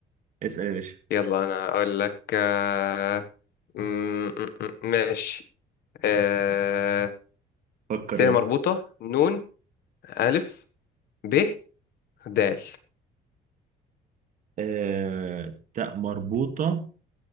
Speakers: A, on the right; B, on the left.
A: اسأل يا باشا
B: يلا انا اقول لك آه م- م- م- ماشي آه
A: فكر
B: ت مربوطه
A: يلا
B: نون الف ب دال
A: آه تاء مربوطة